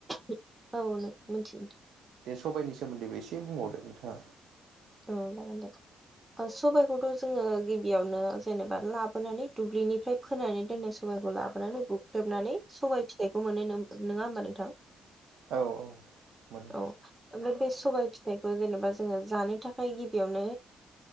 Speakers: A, on the right; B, on the right.
A: औ नों नों नों
B: बे सबाइनि सोमोन्दैबो एसे बुंबावदो नोंथाङा
A: औ जागोन दे सबायखौथ' जोङो गिबियावनो जेनेबा लाबोनानै दुब्लिनिफ्राय फोनानै दोननाय सबायखौ लाबोनानै बु हुख्रेबनानै सबाय फिथाइखौ मोनो नो-नोङा होमबा नोंथां
B: औ औ मोनो
A: औ ओमफ्राय बे सबाय फिथाइ खौ जेनेबा जोङो जानो थाख खाय गिबियावनो